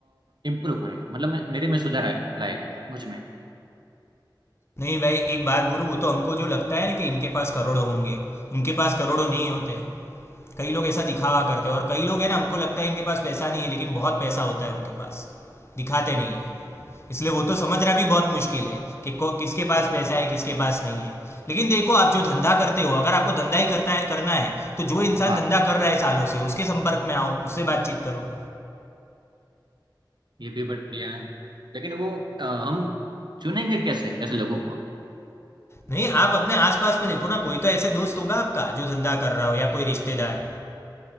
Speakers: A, on the right (about 65°); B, on the left (about 30°).
A: इम्प्रूव करेगा मतलब मैं- मेरे में सुधार आए- लाएगा मुझ में
B: नहीं भाई एक बात बोलूं वो तो हमको जो लगता है ना कि इनके पास करोड़ों होंगे उनके पास करोड़ों नहीं होते कई लोग ऐसा दिखावा करते हैं और कई लोग हैं ना हमको लगता है इनके पास पैसा नहीं है लेकिन बहुत पैसा होता है उनके पास दिखाते नहीं है इसलिए वो तो समझना भी बहुत मुश्किल है कि को- किसके पास पैसा है किसके पास नहीं है लेकिन देखो आप जो धंधा करते हो अगर आपको धंधा ही करता है करना है तो जो इंसान
A: हाँ
B: धंधा कर रहा है सालों से उसके संपर्क में आओ उससे बातचीत करो
A: ये भी बढ़िया है लेकिन वो अ, हम चुनेंगे कैसे ऐसे लोगों को
B: नहीं आप अपने आसपास में देखो ना कोई तो ऐसे दोस्त होगा आपका जो धंधा कर रहा हो या कोई रिश्तेदार